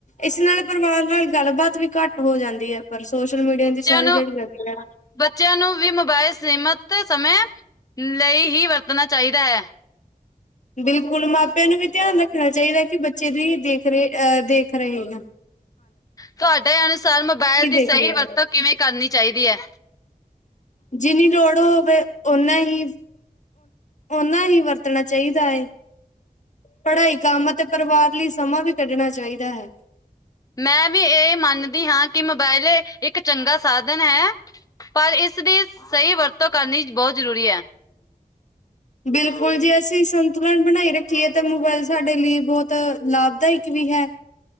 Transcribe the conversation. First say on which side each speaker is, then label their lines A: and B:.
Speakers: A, on the left (about 50°); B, on the left (about 25°).
A: ਇਸ ਨਾਲ ਪਰਿਵਾਰ ਨਾਲ ਗੱਲਬਾਤ ਵੀ ਘੱਟ ਹੋ ਜਾਂਦੀ ਹੈ। ਪਰ ਸੋਸ਼ਲ ਮੀਡੀਆ
B: ਬੱਚਿਆਂ
A: ਦੀ ਸਾਰੀ
B: ਨੂੰ
A: ਦਿਹੜੀ ਲਗਦੀ ਹੈ।
B: ਬੱਚਿਆਂ ਨੂੰ ਵੀ ਮੋਬਾਇਲ ਸੀਮਿਤ ਸਮੇ ਲਈ ਹੀ ਵਰਤਣਾ ਚਾਹੀਦਾ ਹੈ।
A: ਬਿਲਕੁਲ ਮਾਪਿਆਂ ਨੂੰ ਵੀ ਧਿਆਨ ਰੱਖਣਾ ਚਾਹੀਦਾ ਕਿ ਬੱਚੇ ਦੀ ਦੇਖ ਰਹੇ ਅਹ ਦੇਖ ਰਹੇ ਆ। <inaudible>
B: ਤੁਹਾਡੇ ਅਨੁਸਾਰ ਮੋਬਾਇਲ ਦੀ
A: ਦੇਖ
B: ਸਹੀ
A: ਰਹੇ
B: ਵਰਤੋਂ
A: ਆ
B: ਕਿਵੇਂ ਕਰਨੀ ਚਾਹੀਦੀ ਹੈ।
A: ਜਿੰਨੀ ਲੋੜ ਹੋਵੇ। ਓਨਾ ਹੀ, ਓਨਾ ਹੀ ਵਰਤਣਾ ਚਾਹੀਦਾ ਹੈਏ। ਪੜ੍ਹਾਈ ਕੰਮ ਅਤੇ ਪਰਿਵਾਰ ਲਈ ਸਮਾਂ ਵੀ ਕੱਢਣਾ ਚਾਹੀਦਾ ਹੈ।
B: ਮੈਂ ਵੀ ਇਹ ਮੰਨਦੀ ਹਾਂ। ਕਿ ਮੋਬਾਇਲ ਇੱਕ ਚੰਗਾ ਸਾਧਨ ਹੈ। ਪਰ ਇਸ ਦੀ ਸਹੀ ਵਰਤੋਂ ਕਰਨੀ ਬਹੁਤ ਜ਼ਰੂਰੀ ਹੈ।
A: ਬਿਲਕੁਲ ਜੇ ਅਸੀਂ ਸੰਤੁਲਨ ਬਣਾਈ ਰੱਖੀਏ ਤਾਂ ਮੋਬਾਇਲ ਸਾਡੇ ਲਈ ਬਹੁਤ ਲਾਭਦਾਇਕ ਵੀ ਹੈ।